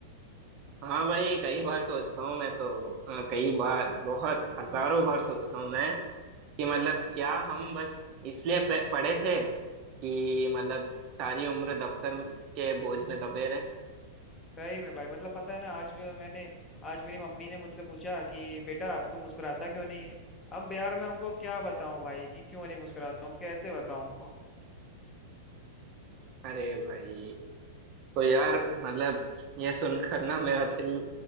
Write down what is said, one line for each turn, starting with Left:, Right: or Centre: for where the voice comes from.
Right: हाँ भाई कई बार सोचता हूँ मैं तो अ, कई बार बहुत हजारों बार सोचता हूँ मैं कि मतलब क्या हम बस इसलिए प- पढ़े थे कि मतलब सारी उम्र दफ्तर के बोझ में दबे रहे
Left: सही में भाई मतलब पता है ना आज मैं- मैंने आज मेरी मम्मी ने मुझसे पूछा कि बेटा तू मुस्कुराता क्यों नहीं है अब यार मैं उनको क्या बताऊं भाई कि क्यों नहीं मुस्कुराता हूँ कैसे बताऊं उनको
Right: अरे भाई तो यार मतलब ये सुनकर ना मेरा दिल